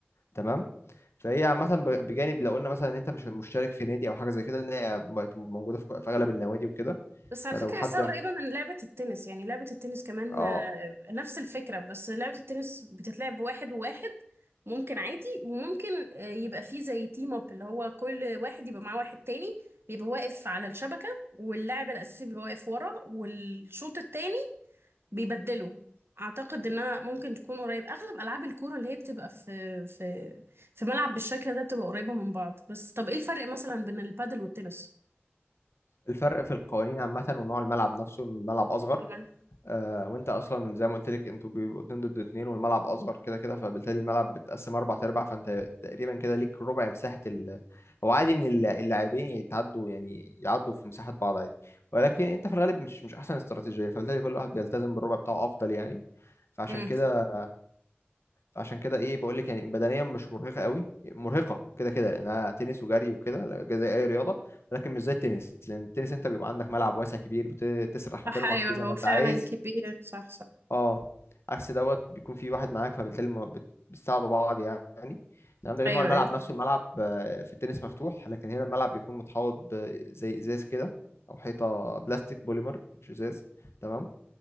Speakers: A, on the left; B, on the right.
A: تمام فهي عامة ب- بجانب لو قلنا مثلا ان انت مش مشترك في نادي او حاجة زي كده لان هي بقت موجودة في في اغلب النوادي وكده
B: بس على
A: فلو
B: فكرة
A: حد
B: حاساها
A: م-
B: قريبة من لعبة التنس يعني لعبة التنس كمان
A: اه
B: آه، نفس الفكرة بس لعبة التنس بتتلعب واحد وواحد ممكن عادي وممكن آه، يبقى فيه زي تيم اب اللي هو كل واحد يبقى معاه واحد تاني بيبقى واقف على الشبكة واللاعب الأساسي بيبقى واقف ورا والشوط التاني بيبدله أعتقد إنها ممكن تكون قريب أغلب ألعاب الكورة اللي هي بتبقى في في في ملعب بالشكل ده بتبقى قريبة من بعض بس طب إيه الفرق مثلا بين البادل والتنس؟
A: الفرق في القوانين عامة ونوع الملعب نفسه إن الملعب اصغر
B: تمام
A: آه وانت اصلا زي ما قلت لك انتوا بيبقوا اتنين ضد اتنين والملعب اصغر كده كده فبالتالي الملعب بتقسم اربع ارباع فانت تقريبا كده ليك ربع مساحة ال... هو عادي ان الل- اللاعبين يتعدوا يعني يعدوا في مساحة بعض عادي ولكن انت في الغالب مش مش احسن استراتيجية فبالتالي كل واحد بيلتزم بالربع بتاعه افضل يعني فعشان
B: مم.
A: كده عشان كده ايه بقول لك يعني بدنيا مش مرهقه قوي مرهقه كده كده لانها تنس وجري وكده لا- زي اي رياضه ولكن مش زي التنس لان التنس انت بيبقى عندك ملعب واسع كبير بتسرح
B: صح
A: وترمح
B: ايوه
A: فيه زي
B: هو
A: ما انت
B: فعلا
A: عايز
B: كبير صح صح
A: اه عكس دوت بيكون في واحد معاك فبالتالي ما بت- بتساعدوا بعض يعني تمام ده غير
B: ايوه
A: نوع الملعب
B: ايوه
A: نفسه الملعب آه، في التنس مفتوح لكن هنا الملعب بيكون متحوط بزي ازاز كده او حيطه بلاستيك بوليمر مش ازاز تمام